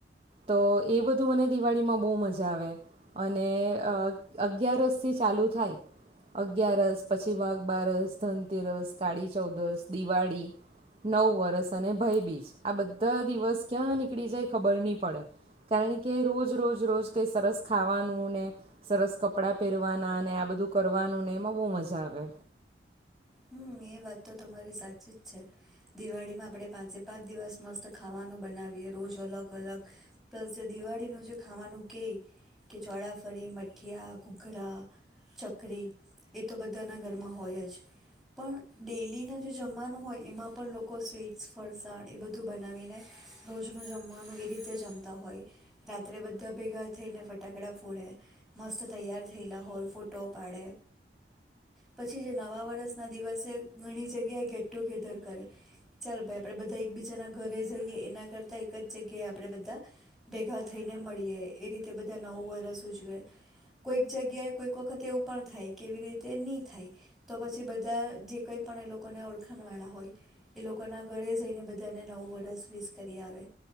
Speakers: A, on the right; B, in the centre.
A: તો એ બધું મને દિવાળીમાં બહુ મજા આવે અને અગિયારસ થી ચાલુ થાય અગિયારસ પછી, વાઘ બારસ, ધનતેરસ, કાળી ચૌદસ, દિવાળી, નવવરસ અને ભયબીજ આ બધા. દિવસ ક્યાં નીકળી જાય ખબર નહી પડે, કારણ કે રોજ રોજ રોજ કઈ સરસ ખાવાનું ને, સરસ કપડા પહેરવાના ને આ બધું કરવાનું ને એમાં બહ મજા આવે.
B: હમ એ વાત તો તમારી સાચી જ છે, દિવાળીમાં આપણે પાંચે પાંચ દિવસ મસ્ત ખાવાનું બનાવીએ રોજ અલગ અલગ, પ્લસ જે દિવાળીનું જે ખાવાનું કે કે ચોળાફરી મઠીયા ઘૂઘરા ચકરી એ તો બધાના ઘરમાં હોય જ. પણ ડેલીના જે જમવાનું હોય એમાં પણ લોકો સ્વીટ્સ ફરસાણ એ બધું બનાવીને, રોજનું જમવાનું એ રીતે જમતા હોય, રાત્રે બધા ભેગા થઈને ફટાકડા ફોડે, મસ્ત તૈયાર થયેલા હોય ફોટો પાડે, પછી જે નવા વરષ ના દિવસે ઘણી જગ્યાએ ગેટ ટુગેધર કરે, ચાલ ભાઈ આપણેે બધા એક બીજાના ઘરે જઈએ એના કરતા એક જ જગ્યાએ આપણેે બધા, ભેગા થઈને મળીએ એ રીતે બધા નવું વર્ષ ઉજવેય, કોઈક જગ્યાએ કોઈક વખત એવું પણ થાય કેવી રીતે નહી થાય, તો પછી બધ બધા જે કંઈ પણ એ લોકોને ઓળખાણવાળા હોય, એ લોકોના ઘરે જઈને બધાને નવું વરસ વીસ કરી આવે,